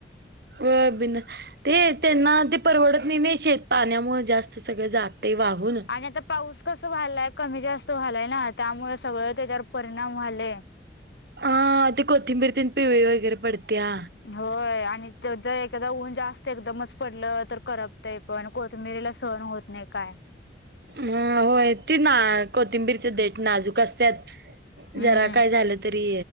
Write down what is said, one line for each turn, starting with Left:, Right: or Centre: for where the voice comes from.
Right: व बिन ते त्यांना ते परवडत नाही ने शेत पाण्यामुळ जास्त सगळं जाते वाहून.
Left: आणि आता पाऊस कसं व्हालाय कमी जास्त व्हालाय ना त्यामुळे सगळं त्याच्यावर परिणाम व्हालंय.
Right: हा ते कोथिंबीर तेन पिवळी वगैरे पडते्या.
Left: होय. आणि जर एखादा ऊन जास्त एकदमच पडलं तर करपतय. पण कोथिबिरीला सहण होत नाही काय.
Right: हम होय ती ना कोथिंबीरचे देट नाजूक असत्यात.
Left: हम्म
Right: जरा काय झालं तरी